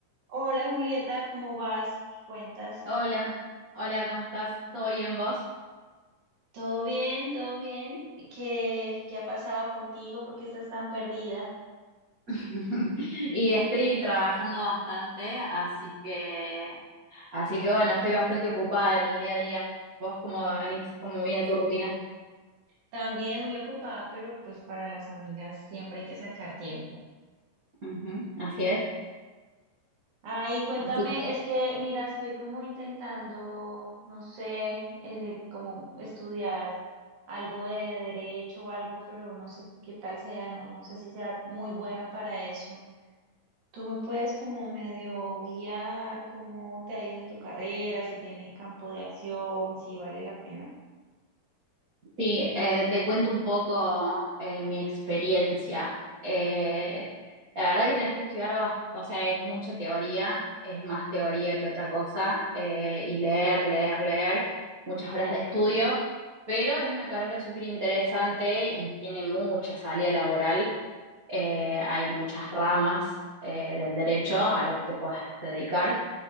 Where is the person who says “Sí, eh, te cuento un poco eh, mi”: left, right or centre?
Right